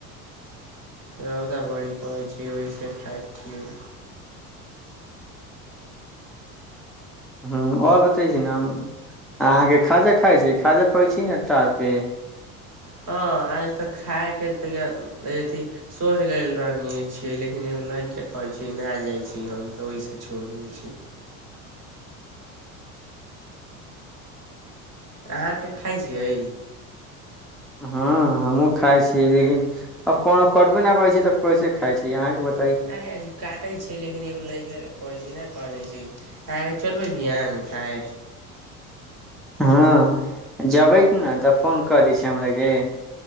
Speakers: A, on the right; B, in the centre.
A: रौदा बड़ी पड़ै छै ओहिसँ खाइ छियै
B: हूँ आओर बतै छी ने हम अहाँके खाजा खाइ छी खाजा फड़ै छी ने टा पे
A: हाँ आज तक खाइके तऽ क ए-अथी सोच लेल रहने छियै लेकिन एगो लड़ कऽ कहैत छी ना जाइत छी हम तऽ ओहिसँ छोड़ि दैले छी अहाँके खाइ छियै
B: हाँ हमहूँ खाइ छियै लेकिन अब कोनो कटबे ना करै छी तऽ कैसे खाइ छी अहाँके बत-
A: अरे अजी काटै छै लेकिन एगो लैके कहै छै न कहने छै अहाँके चलबै बिहान खाइ
B: हाँ जबै ने तऽ फोन कऽ दै छियै हमराके